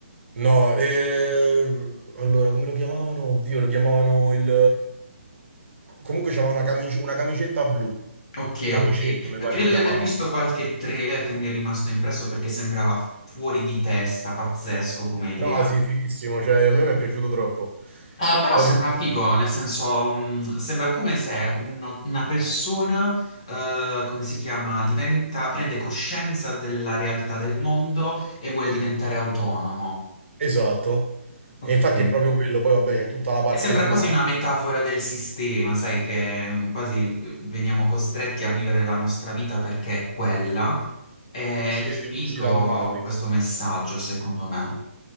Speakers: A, on the right; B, on the left.
A: No, eh, allora come lo chiamavano? Oddio, lo chiamavano il. Comunque c'aveva una camic- una camicetta blu.
B: Ok,
A: Camicetta,
B: ok.
A: mi pare
B: Credo
A: lo chiamavano.
B: di aver visto qualche trailer che mi è rimasto impresso perché sembrava fuori di testa, pazzesco come idea.
A: No, sì, fighissimo, cioè a me mi è piaciuto troppo.
B: Ah, però
A: Poi
B: sembra
A: per-
B: figo, nel senso, mh, sembra come se uno- una persona, eh, come si chiama, diventa, prende coscienza della realtà del mondo e vuole diventare autonomo.
A: Esatto.
B: Ok.
A: E infatti è proprio quello, poi vabbè c'è tutta la parte
B: E sembra
A: finale,
B: quasi una metafora del sistema, sai, che mm, quasi v- veniamo costretti a vivere la nostra vita perché è quella. Ed
A: sì,
B: è figo
A: tipo uscita dal Matrix.
B: questo messaggio, secondo me.